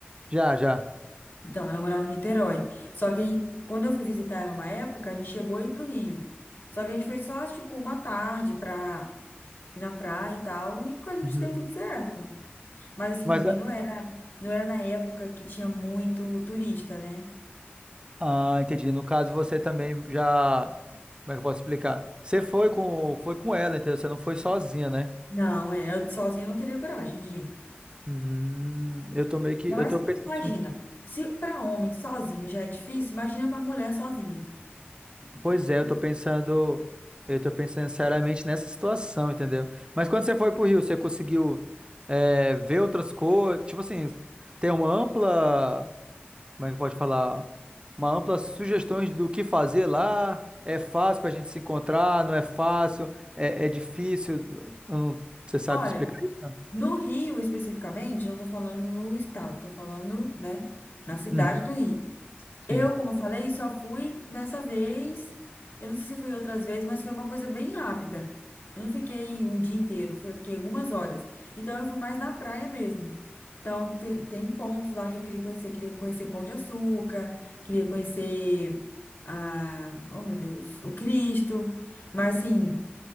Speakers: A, on the right; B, on the left.
A: Já, já.
B: Então, ela morava em Niterói. Só que aí, quando eu fui visitar ela uma época, a gente chegou a ir pro Rio. Só que a gente foi só, tipo, uma tarde pra ir na praia e tal, e a gente
A: Uhum.
B: deu tudo certo. Mas assim,
A: Mas,
B: também não era, não era na época que tinha muito turista, né?
A: ah, ah, entendi. No caso, você também já. Como é que eu posso explicar? Você foi com, foi com ela, entendeu? Você não foi sozinha, né?
B: Não, é, eu sozinha não teria coragem de ir.
A: Hum, eu tô meio que.
B: Ainda
A: Eu
B: mais,
A: tô pensando.
B: imagina, se para homem sozinho já é difícil, imagina para mulher sozinha.
A: Pois é, eu tô pensando, eu tô pensando seriamente nessa situação, entendeu? Mas quando você foi pro Rio, você conseguiu é, ver outras coisas, tipo assim, ter uma ampla, como é que pode falar? Uma ampla sugestões do que fazer lá. É fácil pra gente se encontrar, não é fácil, é, é difícil. eu não- você sabe
B: Olha,
A: explicar isso? não?
B: no Rio especificamente, não tô falando no estado, tô falando, né, na cidade
A: Uhum,
B: do Rio.
A: sim.
B: Eu, como eu falei, só fui nessa vez. Eu não sei se fui outras vezes, mas foi uma coisa bem rápida. Eu não fiquei um dia inteiro, foi, eu fiquei algumas horas. Então eu fui mais na praia mesmo. Então tem, tem pontos lá que eu queria conhecer. Queria conhecer Pão de Açúcar, queria conhecer a, oh meu Deus, o Cristo. Mas assim,